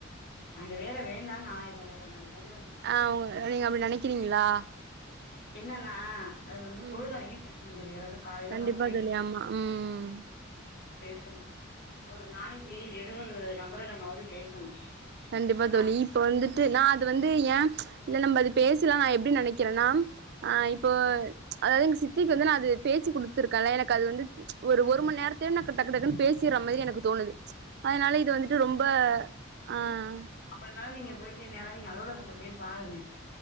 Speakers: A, on the left; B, on the right.
A: அந்த வேல வேண்டானு நா ஏதோ ஒரு நா நினைக்
B: ஆ உங்க நீங்க அப்டி நினைக்கிறீங்களா
A: என்னனா அது வந்து
B: ம்
A: பொழுதனைக்கு பேசணும் சரியா அதுவு காலைல
B: கண்டிப்பா
A: ஒக்காந்து பேசுற
B: தோழி ஆமா ம்
A: பேசணு ஒரு நளைக்கு எழுவது நபரிடமாவது பேசணு
B: கண்டிப்பா தோழி
A: அது
B: இ இப்ப வந்துட்டு நா அது வந்து ஏ இல்ல நம்ப அது பேசிடலா நா ஏப்டி நெனைக்கிறேன்னா ஆ இப்போ அதாவது எங்க சித்திக்கு வந்து நா அது பேசி குடுத்துருக்கேன்ல எனக்கு அது வந்து ஒரு ஒரு மண் நேர தே எனக்கு டக்கு டக்குன்னு பேசிற மாதிரி எனக்கு தோணுது அதனால இது வந்துட்டு ரொம்ப ஆ
A: அப்பனா நீங்க போயிட்டு நேரா நீங்க அலுவலகத்த போய் பாருங்க